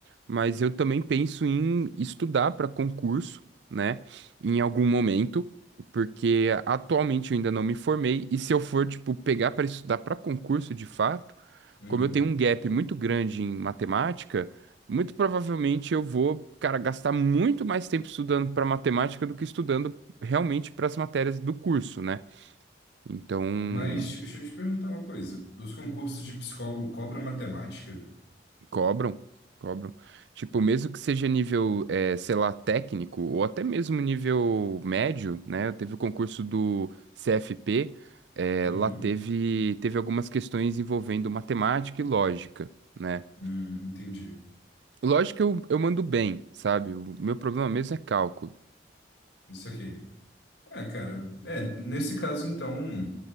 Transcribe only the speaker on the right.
mas eu também penso em estudar para concurso, né, em algum momento, porque atualmente eu ainda não me formei, e se eu for, tipo, pegar para estudar para concurso de fato,
como eu tenho um gap muito grande em matemática, muito provavelmente eu vou, cara, gastar muito mais tempo estudando para matemática do que estudando realmente para as matérias do curso, né? Então,
Cobram, cobram. Tipo, mesmo que seja nível, eh, sei lá, técnico, ou até mesmo nível médio, né? Teve o concurso do CFP, eh,
lá teve, teve algumas questões envolvendo matemática e lógica, né?
Lógica eu, eu mando bem, sabe? O meu problema mesmo é cálculo.